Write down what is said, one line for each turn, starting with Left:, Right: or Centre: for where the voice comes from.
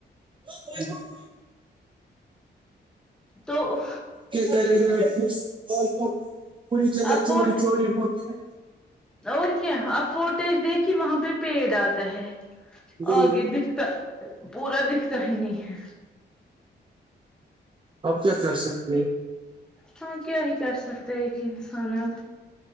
Right: <unintelligible>
Centre: تو
Right: کرے گئےالتو <unintelligible> پوری جگہ
Centre: اب
Right: چمڑی
Centre: فوٹ
Right: چوری ہوتی ہے
Centre: اور کیا آپ فوٹیج دیکھی وہاں پہ پیڑ آتا ہے
Right: ہ
Centre: آگے دکھتا پورا دکھتا ہی نہیں ہے
Right: اب کیا کر سکتے ہو
Centre: ہاں کیا ہی کر سکتا ہے ایک انسان اب